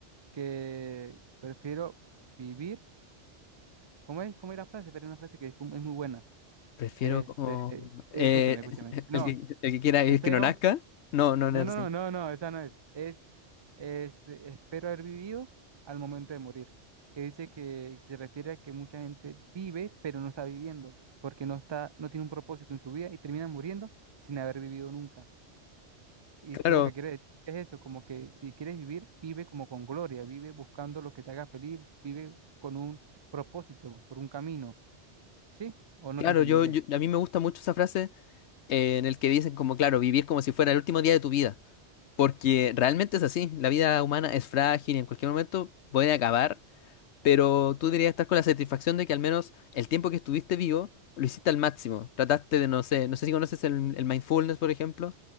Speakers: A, on the right; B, on the left.
A: que prefiero vivir, ¿cómo es? ¿Cómo es la frase? Pero es una frase que es como- es muy buena
B: Prefiero
A: Este,
B: como
A: eh,
B: eh,
A: escúchame, escúchame.
B: <laughs>
A: No,
B: el que, el que quiera vivir
A: espero.
B: que no nazca. No, no,
A: No,
B: no es
A: no,
B: así.
A: no, no, no, esa no es. Es, este, espero haber vivido al momento de morir. Que dice que se refiere a que mucha gente vive, pero no está viviendo, porque no está, no tiene un propósito en su vida y termina muriendo sin haber vivido nunca. Y
B: Claro,
A: tú lo que quieres decir es eso, como que si quieres vivir, vive como con gloria, vive buscando lo que te haga feliz, vive con un propósito, por un camino, ¿sí? ¿O no
B: claro,
A: te entendí
B: yo,
A: bien?
B: yo- a mí me gusta mucho esa frase eh, en el que dicen como, claro, vivir como si fuera el último día de tu vida. Porque realmente es así, la vida humana es frágil y en cualquier momento puede acabar, pero tú deberías estar con la satisfacción de que al menos el tiempo que estuviste vivo lo hiciste al máximo. Trataste de, no sé, no sé si conoces el, el mindfulness, por ejemplo